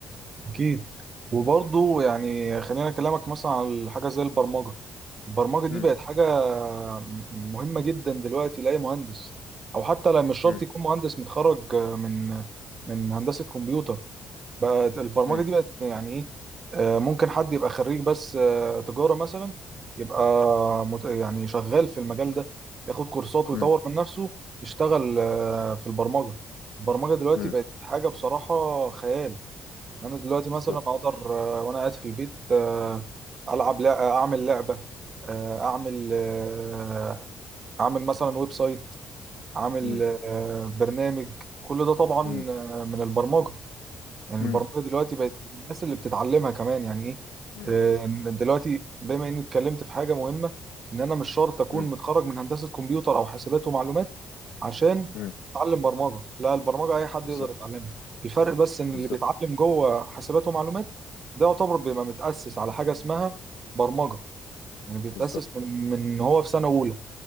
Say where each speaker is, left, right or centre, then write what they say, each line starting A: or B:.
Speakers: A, on the right (about 40°); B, on the left (about 85°).
A: اكيد وبرضه يعني خلينا اكلمك مثلا على حاجه زي البرمجه البرمجه دي
B: مم.
A: بقت حاجه مهمه جدا دلوقتي لاي مهندس او حتى لا مش شرط
B: مم.
A: يكون مهندس متخرج من من هندسه كمبيوتر بقت البرمجه
B: مم.
A: دي بقت يعني ايه آه، ممكن حد يبقى خريج بس آه، تجاره مثلا يبقى مت- يعني شغال في المجال ده ياخد كورسات ويطور
B: مم.
A: من نفسه يشتغل آه، في البرمجه البرمجه دلوقتي
B: مم.
A: بقت حاجه بصراحه خيال انا دلوقتي مثلا
B: بالظبط
A: اقدر آه، وانا قاعد في البيت آه، العب لع- اعمل لعبه آه، اعمل آه، اعمل مثلا ويب سايت اعمل
B: مم.
A: آه، برنامج كل ده طبعا
B: مم.
A: آه، من البرمجه يعني
B: مم.
A: البرمجه دلوقتي بقت الناس اللي بتتعلمها كمان يعني ايه
B: مم.
A: آه، إن دلوقتي بما اني اتكلمت في حاجه مهمه ان انا مش شرط اكون
B: مم.
A: متخرج من هندسه كمبيوتر او حاسبات ومعلومات عشان
B: مم.
A: اتعلم برمجه لا البرمجه اي حد
B: بالظبط
A: يقدر يتعلمها الفرق بس ان
B: بالظبط
A: اللي بيتعلم جوه حاسبات ومعلومات ده يعتبر بيبقى متاسس على حاجه اسمها برمجه يعني بيتاسس
B: بالظبط
A: من من هو في سنه اولى